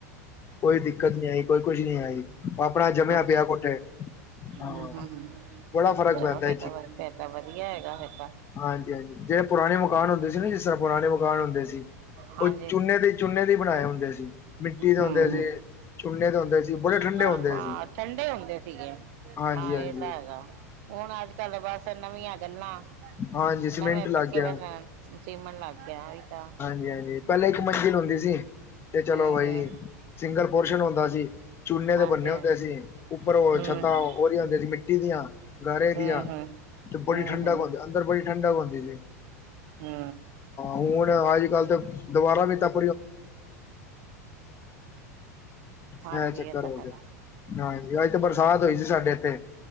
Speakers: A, on the left (about 30°); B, on the right (about 60°).
A: ਕੋਈ ਦਿੱਕਤ ਨੀ ਆਈ ਕੋਈ ਕੁਛ ਨੀ ਆਈ। ਆਪਣਾ ਜਮਿਆ
B: ਹਾਜੀ,
A: ਪਿਆ ਕੋਠੇ ਹਾਂ
B: ਹੂੰ-ਹੂੰ
A: ਬੜਾ ਫ਼ਰਕ
B: ਚਲੋ
A: ਪੈਂਦਾ
B: ਫਿਰ ਤਾ ਵਧੀਆ ਹੈਗਾ ਫਿਰ ਤਾਂ,
A: ਹਾਂਜੀ-ਹਾਂਜੀ ਜਿਹੜੇ ਪੁਰਾਣੇ ਮਕਾਨ ਹੁੰਦੇ ਸੀ, ਨਾ ਜਿਸ ਤਰ੍ਹਾਂ ਪੁਰਾਣੇ ਮਕਾਨ ਹੁੰਦੇ ਸੀ।
B: ਹਾਂਜੀ
A: ਉਹ ਚੂਨੇ ਦੇ ਚੁੰਨੇ ਦੇ ਬਣਾਏ ਹੁੰਦੇ ਸੀ, ਮਿੱਟੀ ਦੇ
B: ਹੂੰ
A: ਹੁੰਦੇ
B: ਹੂੰ।
A: ਸੀ। ਚੁੰਨੇ ਤੇ ਹੁੰਦੇ ਸੀ ਬੜੇ, ਠੰਡੇ
B: <inaudible> ਹਾਂ
A: ਹੁੰਦੇ ਸੀ
B: ਠੰਡੇ ਹੁੰਦੇ ਸੀਗੇ
A: ਹਾਂਜੀ
B: ਹਾਂ
A: ਹਾਂਜੀ
B: ਇਹ ਤਾਂ ਹੈਗਾ। ਹੁਣ ਅੱਜ-ਕੱਲ ਬਸ ਨਵੀਆਂ ਗੱਲਾਂ,
A: ਹਾਂਜੀ ਸੀਮੈਂਟ
B: ਨਵੇਂ
A: ਲੱਗ
B: ਪੱਕੇ
A: ਗਿਆ
B: ਬਸ ਸੀਮਨ ਲਾ ਗਿਆ ਈ ਤਾਂ,
A: ਜੀ ਹਾਂਜੀ ਪਹਿਲਾਂ ਇੱਕ ਮੰਜ਼ਿਲ ਹੁੰਦੀ ਸੀ, ਤੇ
B: ਹੂੰ
A: ਚਲੋ ਬਈ
B: ਹੂੰ
A: ਸਿੰਗਲ ਪੋਰਸ਼ਨ ਹੁੰਦਾ ਸੀ। ਚੂਨੇ
B: ਹਾਂਜੀ
A: ਦੇ ਬੰਨੇ ਹੁੰਦੇ ਸੀ, ਉੱਪਰੋਂ
B: ਹਾਂਜੀ
A: ਛੱਤਾਂ ਉਹਦੀਆਂ ਦੇ ਸੀ ਮਿੱਟੀ ਦੀਆਂ ਗਾਰੇ
B: ਹੂੰ
A: ਦੀਆਂ,
B: ਹੂੰ ਹੂੰ
A: ਬੜੀ
B: ਹੂੰ
A: ਠੰਡਾ
B: ਹੂੰ
A: ਅੰਦਰ ਬੜੀ ਠੰਡਾ ਹੁੰਦੀ ਸੀ।
B: ਹੂੰ
A: ਹੁਣ ਅੱਜ-ਕੱਲ ਤੇ ਦੁਬਾਰਾ ਵੀ ਤ ਇਹ
B: ਹਾਂਜੀ,
A: ਚੱਕਰ
B: ਐ ਤਾ
A: ਹੋ
B: ਹੈਗਾ।
A: ਗਿਆ ਹਾਂਜੀ ਬਰਸਾਤ ਹੋਈ ਸੀ ਸਾਡੇ ਇੱਥੇ?